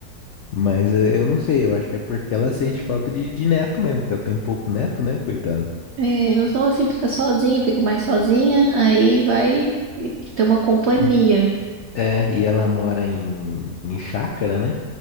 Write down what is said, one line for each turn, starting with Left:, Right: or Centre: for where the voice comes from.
Left: Mas eh, eu não sei, eu acho que é porque ela sente falta de, de neto mesmo, que ela tem pouco neto, né, coitada.
Right: É, eu sou assim, fica sozinha, fico mais sozinha, aí vai ter uma companhia.
Left: <clears throat> É, e ela mora em, em chácara, né?